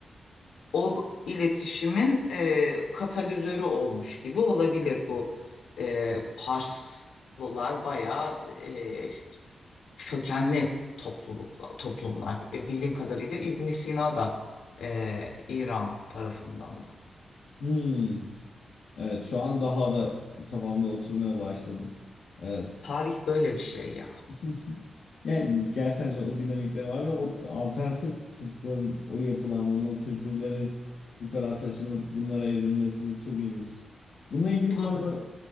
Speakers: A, on the left (about 85°); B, on the left (about 65°).
A: O iletişimin e, katalizörü olmuş gibi olabilir bu e, Parslılar bayağı e, kökenli toplulukla, toplumlar. E, Bildiğim kadarıyla ibn Sina da e, İran tarafından da.
B: Hmm. Evet şu an daha da kafamda oturmaya başladı. Evet.
A: Tarih böyle bir şey ya.
B: <laughs> Yani gerçekten şu- o dinamikleri var ve o alternatif tıbbın, o yapılanmanın, o kültürlerin bu kadar taşınıp bunlara evrilmesi çok ilginç. Bununla ilgili
A: Tabii.
B: bu arada